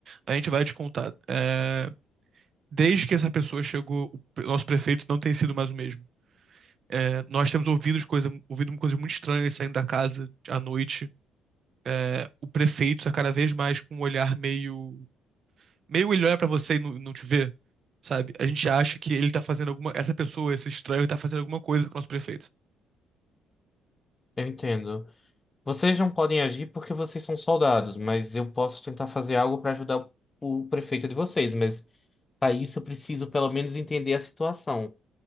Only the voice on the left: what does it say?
Eu entendo. Vocês não podem agir porque vocês são soldados, mas eu posso tentar fazer algo para ajudar o, o prefeito de vocês. Mas para isso eu preciso pelo menos entender a situação.